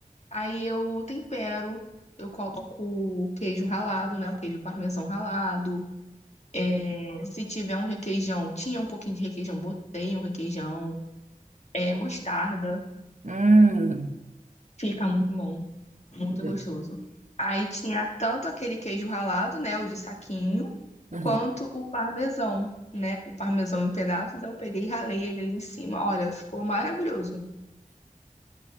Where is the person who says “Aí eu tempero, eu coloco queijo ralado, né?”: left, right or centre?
Left